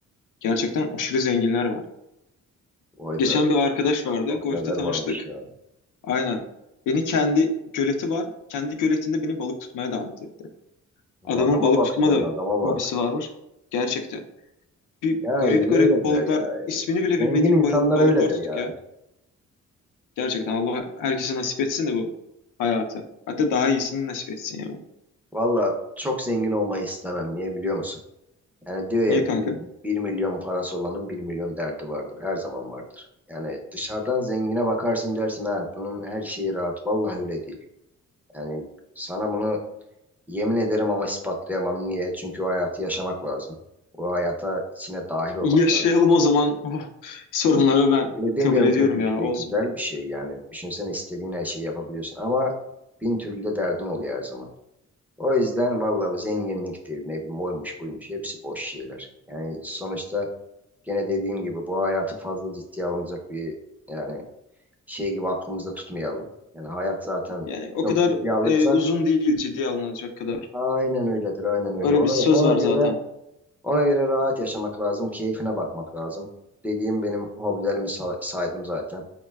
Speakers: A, on the left (about 75°); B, in the centre.
A: Gerçekten aşırı zenginler var.
B: vay
A: Geçen
B: be
A: bir arkadaş vardı.
B: bak
A: Golf'te
B: neler
A: tanıştık.
B: varmış ya.
A: Aynen. Beni kendi göleti var. Kendi göletinde beni balık tutmaya davet etti. Adamın
B: Adama
A: balık
B: bak
A: tutma
B: sen
A: da
B: adama bak.
A: hobisi varmış. Gerçekten. Bir
B: Ya
A: garip
B: iyi
A: garip
B: öyledir
A: balıklar,
B: ya.
A: ismini bile
B: Zengin
A: bilmediğim
B: insanlar
A: bal- balıklar
B: öyledir
A: tutuk
B: ya.
A: ya. Gerçekten Allah herkese nasip etsin de bu hayatı. Hatta daha iyisini nasip etsin ya.
B: Valla çok zengin olmayı istemem. Niye biliyor musun? Yani diyor ya
A: Niye kanka?
B: bir bir milyon parası olanın 1 milyon derdi vardır. Her zaman vardır. Yani dışarıdan zengine bakarsın dersin ha bunun her şeyi rahat. Vallahi öyle değil. Yani sana bunu Yemin ederim ama ispatlayamam. Niye? Çünkü o hayatı yaşamak lazım. O hayata içine dahil olmak
A: Yaşayalım
B: lazım.
A: o zaman. <laughs> Oh, sorunları ben
B: Öyle demiyorum
A: kabul ediyorum
B: kötü
A: ya
B: bir şey,
A: olsun.
B: güzel bir şey yani. Düşünsene istediğin her şeyi yapabiliyorsun ama bin türlü de derdin oluyor her zaman. O yüzden vallahi bu zenginliktir, ne bileyim oymuş buymuş hepsi boş şeyler. Yani sonuçta gene dediğim gibi bu hayatı fazla ciddiye alınacak bir yani şey gibi aklımızda tutmayalım. Yani hayat zaten
A: Yani o
B: çok
A: kadar
B: ciddiye alırsak
A: e, uzun değil ciddiye alınacak kadar.
B: aynen öyledir, aynen öyle.
A: Öyle
B: Ona,
A: bir söz
B: ona
A: var
B: göre
A: zaten.
B: Ona göre rahat yaşamak lazım, keyfine bakmak lazım. Dediğim benim hobilerimi sa- saydım zaten.